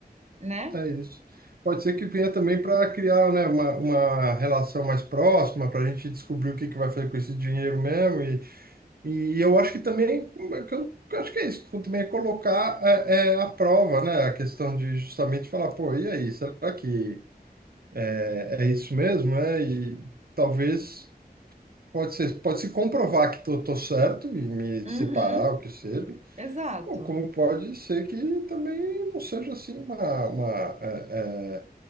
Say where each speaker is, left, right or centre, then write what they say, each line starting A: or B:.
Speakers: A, on the right (about 40°); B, on the right (about 65°).
A: né?
B: É isso. Pode ser que venha também para criar, né, uma, uma relação mais próxima, para a gente descobrir o que que vai fazer com esse dinheiro mesmo. E, e eu acho que também, como é que eu, eu acho que é isso, também é colocar é, é, à prova, né, a questão de justamente falar, pô, e aí, será que é, é isso mesmo, né? E talvez pode ser, pode se comprovar que tô, tô certo e me
A: Uhum,
B: separar, o que seja.
A: exato.
B: Ou como pode ser que também não seja assim uma, uma, é, é,